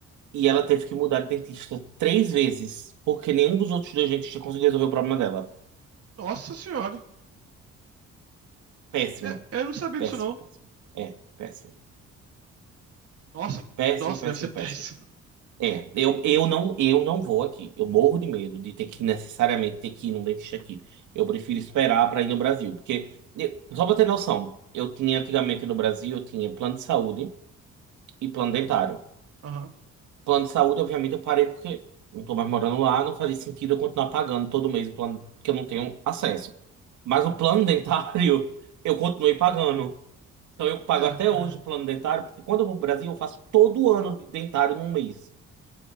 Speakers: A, on the right; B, on the right.
A: E ela teve que mudar de dentista três vezes, porque nenhum dos outros dois dentistas conseguiu resolver o problema dela.
B: Nossa senhora.
A: Péssimo,
B: É, eu não sabia
A: péssimo,
B: disso, não.
A: péssimo. É, péssimo.
B: Nossa,
A: Péssimo,
B: nossa,
A: péssimo,
B: deve ser péssimo.
A: péssimo. É, eu, eu não eu não vou aqui. Eu morro de medo de ter que necessariamente ter que ir num dentista aqui. Eu prefiro esperar para ir no Brasil, porque eu- só pra ter noção, eu tinha antigamente no Brasil, eu tinha plano de saúde e plano dentário.
B: Aham.
A: Plano de saúde, obviamente, eu parei porque não tô mais morando lá, não fazia sentido eu continuar pagando todo mês um plano que eu não tenho acesso. Mas o plano dentário, <laughs> eu continuei pagando. Então eu pago
B: É,
A: até
B: é.
A: hoje o plano dentário, porque quando eu vou pro Brasil, eu faço todo ano de dentário num mês.